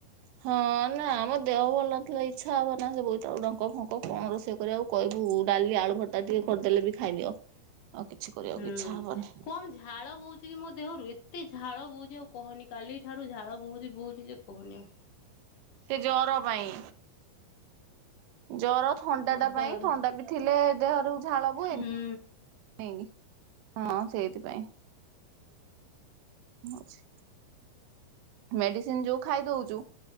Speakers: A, on the right (about 85°); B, on the left (about 70°).
A: ହଁ ନା ଆମ ଦେହ ଭଲ ନଥିଲେ ଇଚ୍ଛା ହବ ନା ସେ ବୋଇତାଳୁ ଡଙ୍କ ଫଙ୍କ କଣ ରୋଷେଇ କରିବାକୁ। କହିବୁ ଡାଲି ଆଳୁ ଭର୍ତ୍ତା ଟିକେ କରିଦେଲେ ବି ଖାଇନିଅ ଆଉ କିଛି କରିବାକୁ
B: ହୁଁ।
A: ଇଚ୍ଛା ହବନି।
B: କମ ଝାଳ ବୋହୁଛି କି ମୋ ଦେହରୁ ଏତେ ଝାଳ ବହୁଛି ଆଉ କହନି କାଲି ଠାରୁ ଝାଳ ବୋହୁଛି ବହୁଛି ଯେ କହନି ଆଉ।
A: ସେ ଜର ପାଇଁ ଜର ଥଣ୍ଡା
B: ଆଉ ଓଦା
A: ଟା ପାଇଁ
B: ଓଦା
A: ଥଣ୍ଡା ବି ଥିଲେ ଦେହରୁ ଝାଳ ବୁହେନି।
B: ହୁଁ
A: ହଁ ସେଇଥିପାଇଁ। ମଝି। ମେଡ଼ିସିନ୍ ଯୋଉ ଖାଇ ଦୋଉଛୁ,